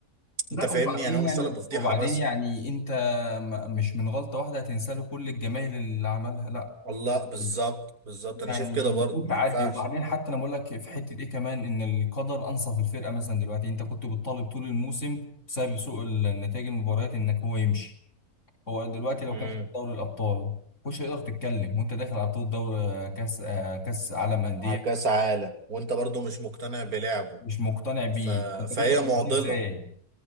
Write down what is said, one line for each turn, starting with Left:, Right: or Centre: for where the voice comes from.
Left: لا
Right: انت فاهمني
Left: وبعدين
Right: انا
Left: يعني
Right: مش طالب بفضيحه
Left: وبعدين
Right: مثلا
Left: يعني انت م- مش من غلطة واحدة هتنسى له كل الجمايل اللي عملها لا
Right: الله بالظبط
Left: يعني
Right: بالظبط انا
Left: يعني
Right: شايف كده
Left: المفروض
Right: برضه ما
Left: تعدي
Right: ينفعش
Left: وبعدين حتى انا بقول لك في حتة ايه كمان ان القدر انصف الفرقة مثلا دلوقتي انت كنت بتطالب طول الموسم بسبب سوء النتائج المباريات انك هو يمشي هو دلوقتي لو
Right: امم
Left: كان خد دوري الابطال مش هيقدر تتكلم وانت داخل على بطولة دوري آه، كاس آه، كاس عالم أندية
Right: على كاس عالم وانت برضه مش مقتنع بلعبه
Left: مش مقتنع بيه
Right: ف...
Left: انت
Right: فهي
Left: كنت هتمشيه
Right: معضله
Left: ازاي